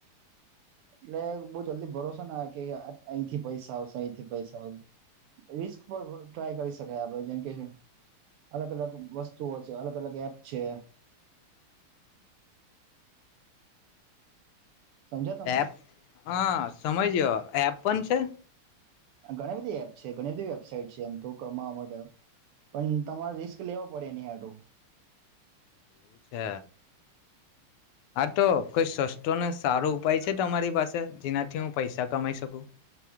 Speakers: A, on the right; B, on the left.
A: એટલે બહ જલ્દી ભરોસો ના કે અહીંથી પૈસા હીથી પૈસા રિસ્ ટ્રાય કરી શકાય આપે જેમ કે અલગ અલગ વસ્તુઓ છે અલગ અલગ એપ છે. સમજ્યા તમે
B: એ હ સમજ્યો. એપ પણ છે.
A: ઘણી બધી એપ છે ઘણી બધી વેબસાાઈટ છે એમ તો કમાવા માટે પણ તમારે રિસ્ક લેવો પડે નહ આટું.
B: એવું છે, આ તો કોઈ સસ્તો ને સારો ઉપાય છે તમારી પાસે જેનાથી હું પૈસા કમાઈ શકું?